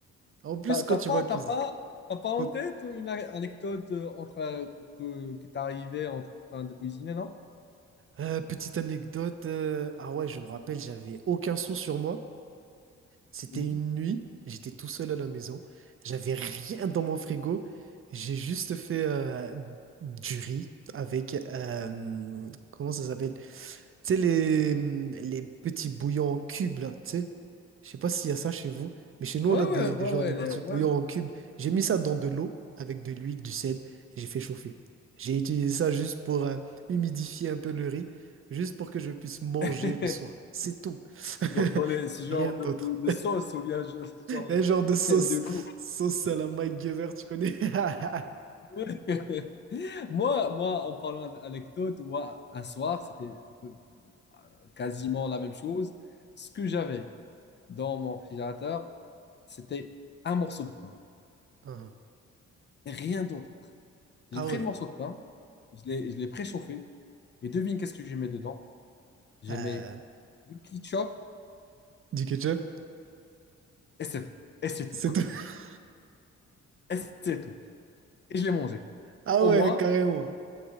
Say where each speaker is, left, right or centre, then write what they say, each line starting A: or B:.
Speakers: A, on the right; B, on the left.
A: En plus,
B: T'as
A: quand
B: t'as
A: tu
B: pas,
A: vois cuisiner.
B: t'as pas, t'as pas en
A: quand-
B: tête une a- anecdote euh, entre, euh, que, qui t'est arrivée en train de cuisiner, non?
A: Euh, petite anecdote, euh, ah ouais, je me rappelle, j'avais aucun sou sur moi, C'était
B: Mhm.
A: une nuit, j'étais tout seul à la maison, j'avais rien dans mon frigo, j'ai juste fait euh, du riz avec, euh, comment ça s'appelle? Tu sais, les, les petits bouillons en cubes, là, tu sais. Je sais pas s'il y a ça chez vous, mais chez nous,
B: Ouais,
A: on a des,
B: ouais, ouais,
A: des genres
B: ouais,
A: de petits
B: les- ouais.
A: bouillons en cubes. J'ai mis ça dans de l'eau avec de l'huile, du sel, et j'ai fait chauffer. J'ai utilisé ça juste pour euh, humidifier un peu le riz, juste pour que je puisse manger
B: <laughs>
A: le soir. C'est tout. <laughs>
B: dans, dans les- ce genre
A: Rien d'autre.
B: de, de- de sauce ou bien je- ce genre
A: Un
B: de
A: genre de sauce,
B: <laughs> de goût.
A: sauce à la Mike Gever, tu connais? <laughs>
B: <laughs> Moi, moi, en parlant d'anecdote, moi, un soir, c'était un peu euh, quasiment la même chose. Ce que j'avais dans mon réfrigérateur, c'était un morceau de pain,
A: Ah
B: et rien d'autre. J'ai
A: ah
B: pris
A: ouais,
B: le morceau de pain, je l'ai, je l'ai préchauffé, et devine qu'est-ce que j'ai mis dedans? J'ai
A: euh,
B: mis du ketchup,
A: du ketchup,
B: et c'est et c'est
A: c'est
B: tout. <laughs>
A: tout. <laughs>
B: Et c'est tout. Et je l'ai mangé.
A: Ah
B: Au
A: ouais,
B: moins,
A: carrément.